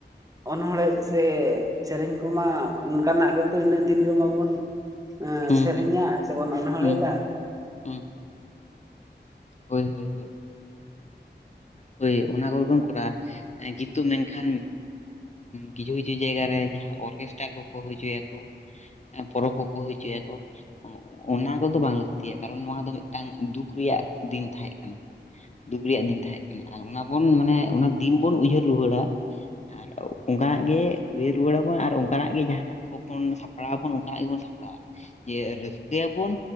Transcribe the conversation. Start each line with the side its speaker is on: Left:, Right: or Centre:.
Right: ᱚᱱᱚᱲ ᱦᱮ ᱥᱮ ᱥᱮᱨᱮᱧ ᱠᱚ ᱢᱟ ᱚᱱᱠᱟ ᱱᱟᱜ ᱜᱮ ᱛᱚ ᱤᱱᱟᱹᱜ ᱫᱤᱱ ᱵᱚᱱ
Left: ᱦᱩᱸ
Right: ᱥᱮᱨᱮᱧᱟ
Left: ᱦᱩᱸ
Right: ᱥᱮᱵᱚᱱ <unintelligible>
Left: ᱦᱩᱸ ᱦᱩᱸ ᱦᱳᱭ, ᱦᱳᱭ, ᱦᱳᱭ᱾ ᱦᱳᱭ ᱚᱱᱟ ᱠᱚ ᱜᱮ ᱵᱚᱱ ᱠᱚᱨᱟᱣᱼᱟ, <unintelligible> ᱢᱮᱱ ᱠᱷᱟᱱ ᱠᱤᱪᱷᱩ ᱠᱤᱪᱷᱩ ᱡᱟᱭᱜᱟ ᱨᱮ ᱡᱟᱦᱟᱸ ᱚᱨᱠᱮᱥᱴᱟᱨ ᱠᱚ ᱠᱚ ᱦᱩᱭ ᱦᱚᱭᱪᱚ ᱭᱟᱠᱚ ᱯᱚᱨᱚᱵᱽ ᱠᱚ ᱠᱚ ᱦᱳᱭ ᱦᱚᱭᱪᱚ ᱭᱟᱠᱚ᱾ ᱚᱱᱟ ᱠᱚᱫᱚ ᱵᱟᱝ ᱞᱟᱹᱠᱛᱤᱭᱟ ᱠᱟᱨᱚᱱ ᱱᱚᱶᱟ ᱫᱚ ᱢᱤᱫ ᱴᱟᱝ ᱫᱩᱠ ᱨᱮᱭᱟᱜ ᱫᱤᱱ ᱛᱟᱦᱮᱸᱜ ᱠᱟᱱᱟ᱾ ᱫᱩᱠ ᱨᱮᱭᱟᱜ ᱫᱤᱱ ᱛᱟᱦᱮᱸᱜ ᱠᱟᱱᱟ ᱟᱨ ᱚᱱᱟ ᱵᱚᱱ ᱢᱟᱱᱮ ᱚᱱᱟ ᱫᱤᱱ ᱵᱚᱱ ᱩᱭᱦᱟᱹᱨ ᱨᱩᱣᱟᱹᱲᱟ᱾ ᱟᱨ ᱚᱱᱠᱟ ᱱᱟᱜ ᱜᱮ ᱩᱭᱦᱟᱹᱨ ᱨᱩᱣᱟᱹᱲ ᱟᱵᱚᱱ ᱟᱨ ᱚᱱᱠᱟ ᱱᱟᱜ ᱜᱮ ᱡᱟᱦᱟᱸ ᱱᱟᱜ ᱠᱚᱯᱚᱱ ᱥᱟᱯᱲᱟᱣ ᱟᱵᱚᱱ ᱚᱱᱠᱟ ᱱᱟᱜ ᱜᱮᱵᱚᱱ ᱥᱟᱯᱲᱟᱜ ᱾ ᱡᱮ ᱨᱟᱹᱥᱠᱟᱹ ᱭᱟᱵᱚᱱ